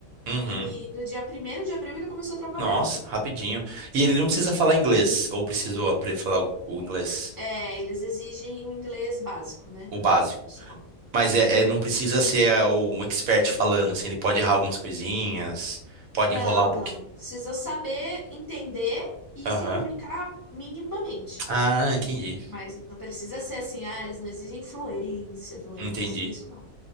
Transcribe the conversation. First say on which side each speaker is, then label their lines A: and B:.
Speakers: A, on the right; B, on the left.
A: Uhum.
B: e no dia primeiro de abril ele começou a trabalhar.
A: Nossa, rapidinho. E ele não precisa falar inglês, ou precisou apre- falar o, o inglês,
B: É, eles exigem um inglês básico, né?
A: o básico.
B: Só.
A: Mas é, é- não precisa ser ah, um expert falando, assim, ele pode errar algumas coisinhas, pode
B: Não,
A: enrolar um pouquinho.
B: não. Precisa saber entender e
A: Aham.
B: se comunicar minimamente.
A: Ah, entendi.
B: Mas não precisa ser assim, ah, eles não exigem fluência, fluência,
A: Entendi.
B: isso não.